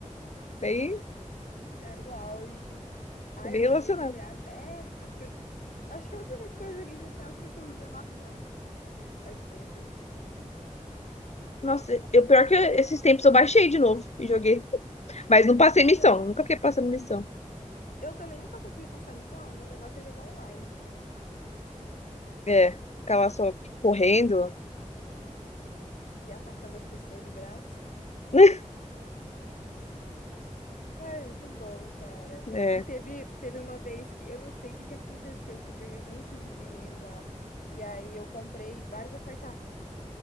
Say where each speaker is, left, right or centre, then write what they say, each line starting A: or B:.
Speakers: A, on the left; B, on the left.
A: Daí,
B: Era o auge. Ah,
A: é bem
B: eu
A: relacionado.
B: joguei GTA até. Acho que, eu- acho que a última vez que eu joguei GTA eu devia ter uns 19 anos. Faz tempo. hein?
A: Nossa, eu pior que esses tempos eu baixei de novo e joguei. Mas não passei
B: Ai,
A: missão.
B: eu só.
A: Nunca fiquei passando missão.
B: Eu também nunca consegui passar a missão. Meu negócio é jogar online
A: É, ficar lá só tipo, correndo.
B: e atacando as pessoas de graça.
A: <laughs>
B: Ai, muito bom, cara.
A: É.
B: E teve, teve uma vez que eu não sei o que que aconteceu, que eu ganhei um monte de dinheiro lá. E aí eu comprei vários apartamentos